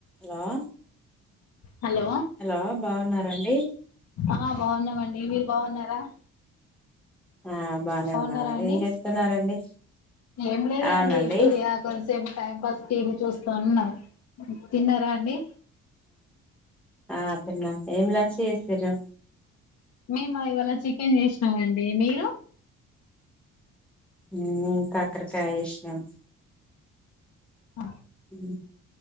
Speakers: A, in the centre; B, on the left (about 70°).
A: Hello
B: hello
A: hello బావున్నారండి?
B: ఆ బాగున్నామండి మీరు బాగున్నారా
A: ఆ బానే
B: బాగున్నారా
A: ఉన్నావండి
B: అండి
A: ఏం చేస్తున్నారండి
B: ఏం లేదండి
A: అవునండి
B: ఇప్పుడు కొంచెంసేపు టైం పాస్ టీవీ చూస్తా ఉన్నాం తిన్నారా అండి
A: ఆ ఆ తిన్నాం ఏం లంచ్ చేసారు
B: మేము ఇవాళ చికెన్ చేసినాం అండి మీరు
A: హు నేను కాకరకాయ చేసినం
B: ఆ
A: ఊ